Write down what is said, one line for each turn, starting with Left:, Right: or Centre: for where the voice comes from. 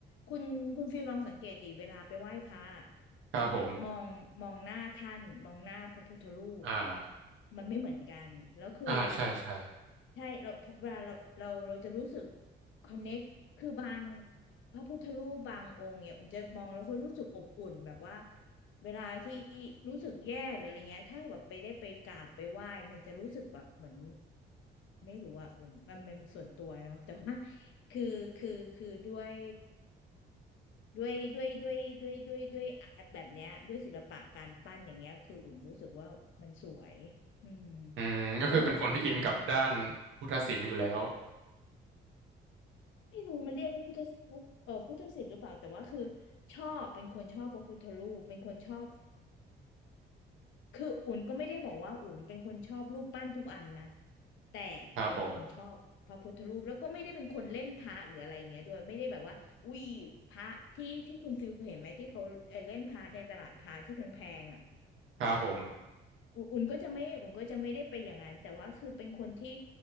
Left: คุณคุณฟิลลองสังเกตดิเวลาไปไหว้พระอะ
Right: ครับผม
Left: มองมองหน้าท่านมองหน้าพระพุทธรูป
Right: อ่า
Left: มันไม่เหมือนกันแล้วคือ
Right: อ่าใช่ใช่
Left: ใช่เราเวลาเราเราเราจะรู้สึกคอนเน็กคือบางพระพุทธรูปบางองค์เนี่ยอุ่นจะมองแล้วคุณรู้สึกอบอุ่นแบบว่า เวลาที่รู้สึกแย่หรืออะไรเงี้ยถ้าแบบไปได้ไปกราบไปไหว้มันจะรู้สึกแบบเหมือนไม่รู้อะอุ่นมันมันส่วนตัวเนาะแต่ว่าคือคือคือด้วยด้วยด้วยด้วยด้วยด้วยด้วยอาร์ตแบบเนี้ยด้วยศิลปะการปั้นอย่างเงี้ยคืออุ่นรู้สึกว่ามันสวยอืม
Right: อืมก็คือเป็นคนที่อินกับด้านพุทธศิลป์อยู่แล้ว
Left: ก็เลยจะเป็นคนชอบไม่รู้มันเรียกว่าพุทธพุทธเออพุทธศิลป์หรือเปล่าแต่ว่าคือชอบเป็นคนชอบพระพุทธรูปเป็นคนชอบ คืออุ่นก็ไม่ได้บอกว่าอุ่นเป็นคนชอบรูปปั้นทุกอันนะแต่เป็นคนชอบพระพุทธรูปแล้วก็ไม่ได้เป็นคนเล่นพระหรืออะไรอย่างเงี้ยด้วยไม่ได้แบบว่าอุ้ยพระที่ที่คุณฟิลเคยเห็นไหมที่เขาเอ่อเล่นพระในตลาดพระที่แพงๆอ่ะ
Right: ครับผมครับผม
Left: อุอุ่นก็จะไม่อุ่นก็จะไม่ได้ไปอย่างนั้น แต่ว่าคือเป็นคนที่